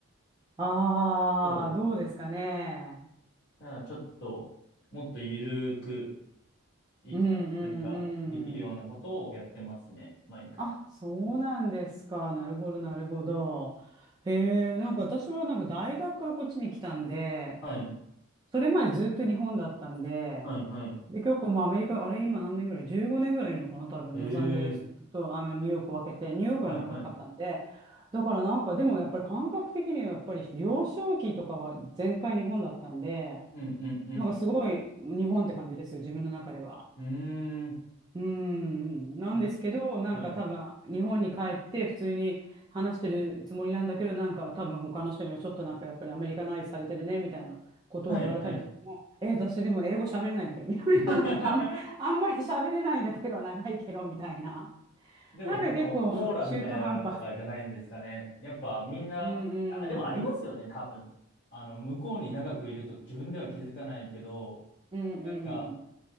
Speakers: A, on the right; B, on the left.
A: ああ、
B: そうですね。
A: どうですかね。
B: だからちょっともっとゆるくいき、
A: うん、うん、
B: なんかできるようなことをやってますね。
A: うん。
B: 毎回。
A: あ、そうなんですか。なるほど、なるほど。へえ、なんか私はなんか大学からこっちに来たんで、
B: はい。
A: それまでずっと日本だったんで、
B: はい、はい。
A: で、結構もうアメリカ、あれ今何年ぐらい ?15 年ぐらいいるのかな多分、
B: ええ
A: ロサンゼルスとあのニューヨークを分けて、ニューヨークが長かったんで、
B: はい、はい。
A: だからなんかでもやっぱり感覚的にはやっぱり幼少期とかは全開日本だったんで、
B: うん、うん、
A: なんかすごい日本って感じですよ、自分の中では。
B: うん。う
A: うーん、なんですけど、
B: ーん。
A: なんか多分、
B: はい。
A: 日本に帰って普通に話してるつもりなんだけど、なんか多分他の人にはちょっとなんかやっぱりアメリカナイズされてるね、みたいなことを言われたりしても、
B: はい、はい。
A: え、私でも英語喋れないんだけど、みたいな、
B: <laughs>
A: なんかあん、あんまり喋れないんだけど、長いけど、みたいな。
B: でもそのオーラみたいなのがじゃないんですかね。
A: なんか結構中途半端。
B: やっぱみんな、
A: うん
B: あ、でもありますよね、
A: うん。
B: 多分。あの、向こうに長くいると自分では気づかないけど、
A: うんうん。
B: なんか、